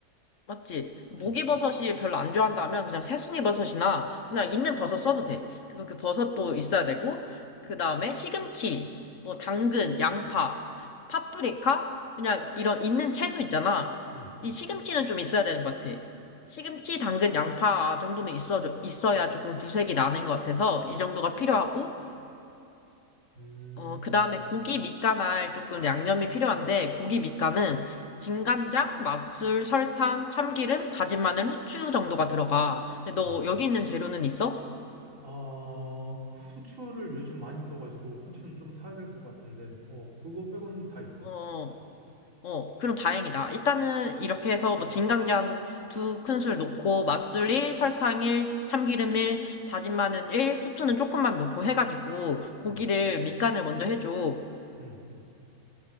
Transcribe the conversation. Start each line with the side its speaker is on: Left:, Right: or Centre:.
Left: 맞지? 목이버섯이
Right: 응,
Left: 별로 안 좋아한다면 그냥 새송이버섯이나 그냥 있는 버섯 써도 돼. 그래서 그 버섯도 있어야 되고, 그 다음에 시금치, 뭐 당근, 양파, 파프리카, 그냥 이런 있는 채소 있잖아.
Right: 응,
Left: 이 시금치는 좀 있어야 되는 것 같아. 시금치, 당근, 양파 정도는 있어, 있어야 조금 구색이 나는 것 같아서 이 정도가 필요하고,
Right: 음,
Left: 어, 그다음에 고기 밑간할 조금 양념이 필요한데 고기 밑간은 진간장, 맛술, 설탕, 참기름, 다진 마늘, 후추 정도가 들어가. 근데 너
Right: 어.
Left: 여기 있는 재료는 있어?
Right: 어, 후추를 요즘 많이 써가지고 후추는 좀 사야 될 것 같은데, 어, 그거 빼고는 다 있어.
Left: 어, 어, 그럼 다행이다. 일단은 이렇게 해서 뭐 진간장 두 큰술 넣고 맛술 1, 설탕 1, 참기름 1, 다진 마늘 1, 후추는 조금만 넣고 해가지고 고기를
Right: 응,
Left: 밑간을 먼저 해줘.
Right: 응,